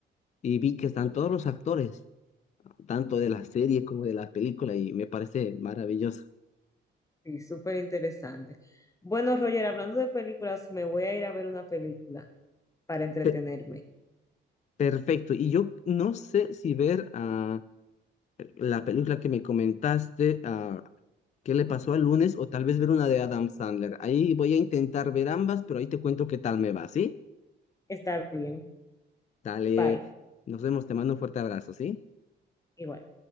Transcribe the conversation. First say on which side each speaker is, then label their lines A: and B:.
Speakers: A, on the left; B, on the left.
A: y vi que están todos los actores. tanto de las series como de las películas y me parece maravilloso.
B: Sí, súper interesante. Bueno, Roger, hablando de películas, me voy a ir a ver una película para entretenerme.
A: Pe- perfecto. Y yo no sé si ver ah, la película que me comentaste, ah, ¿qué le pasó al lunes? O tal vez ver una de Adam Sandler. Ahí voy a intentar ver ambas, pero ahí te cuento qué tal me va, ¿sí?
B: Está bien.
A: Dale,
B: Bye.
A: nos vemos, te mando un fuerte abrazo, ¿sí?
B: Igual.